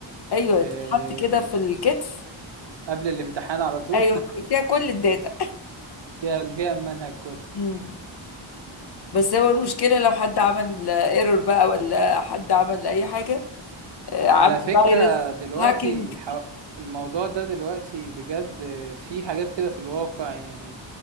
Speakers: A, on the left; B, on the right.
A: ايوه
B: آه،
A: تتحط كده في الكتف
B: قبل الامتحان على طول
A: ايوه فيها كل الداتا
B: <laughs> فيها فيها المنهج كله
A: مم. بس هو المشكلة لو حد عمل ايرور بقى ولا حد عمل اي حاجة آه، عمل
B: على فكرة
A: فيروس
B: دلوقتي
A: هاكينج
B: الحو... الموضوع ده دلوقتي بجد في حاجات كده في الواقع يعني